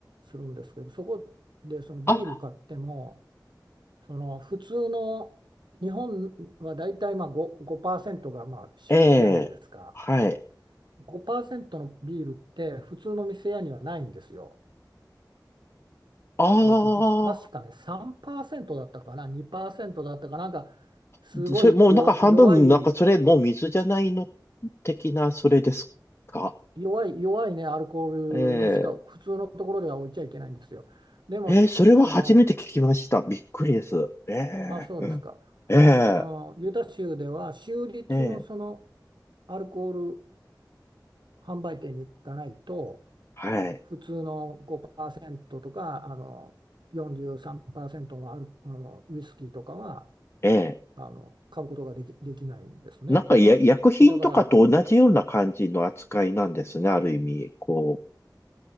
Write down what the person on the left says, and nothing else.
あ、
ええ、はい。
あ
あ。
でそれ、もうなんか半分、なんかそれ、もう水じゃないの的な、それですか。
え
ー、えーそれは初めて聞きました。
びっくりです。えー、
うんえ
ー、えー、
はい。
え
ー、なんかや、薬品とかと同じような感じの扱いなんですね、
ある意味。こう。